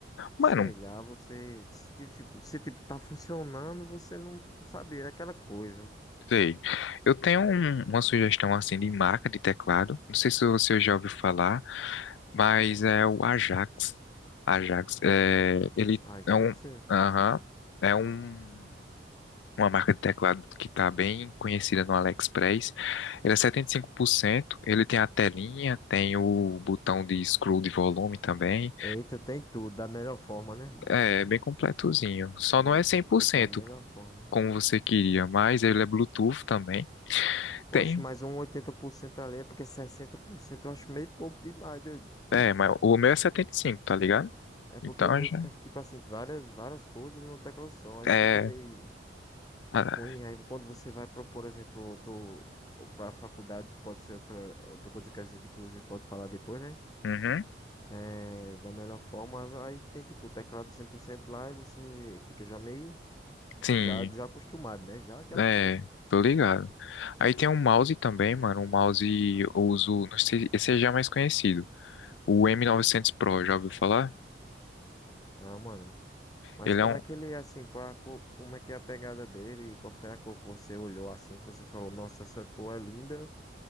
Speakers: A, on the left (about 20°); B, on the left (about 85°).
A: sei
B: Mano,
A: lá, você, se, tipo, se, se, tipo, tá funcionando, você não sabe, é aquela coisa.
B: sei. Eu tenho um- uma sugestão assim de marca de teclado. Não sei se você já ouviu falar. Mas é o Ajax. Ajax, é, ele
A: Ah, já
B: é um,
A: que sim.
B: aham, é um, uma marca de teclado que está bem conhecida no AliExpress. Ele é 75%, ele tem a telinha, tem o botão de scroll de volume também.
A: Eita, tem tudo, da melhor forma, né?
B: É, é bem completozinho. Só
A: Eita,
B: não é 100%
A: tudo da melhor forma.
B: como você queria, mas ele é Bluetooth também.
A: Oxe,
B: Tem,
A: mas um 80% ali é porque 60% eu acho meio pouco demais, doido.
B: é, mas o meu é 75, tá ligado?
A: É porque
B: Então
A: o meu
B: já
A: fica, tipo assim, várias, várias coisas numa tecla só. Aí
B: é,
A: fica meio
B: ah,
A: ruim. Aí quando você vai propor, por exemplo, outro, para faculdade, que pode ser outra, outra coisa que a gente, inclusive, pode falar depois, né?
B: uhum,
A: É, da melhor forma, aí tem, tipo, o teclado 100% lá e você fica já meio,
B: sim,
A: já desacostumado, né? Já aquela
B: É,
A: coisa.
B: tô ligado. Aí tem um mouse também, mano. Um mouse eu uso, não sei, esse é já é mais conhecido. O M900 Pro, já ouviu falar?
A: Não, mano. Mas
B: Ele
A: como
B: é um,
A: é que ele é assim? Qual é a cor- como é que é a pegada dele? e Qual foi a cor que você olhou assim, que você falou, nossa, essa cor é linda?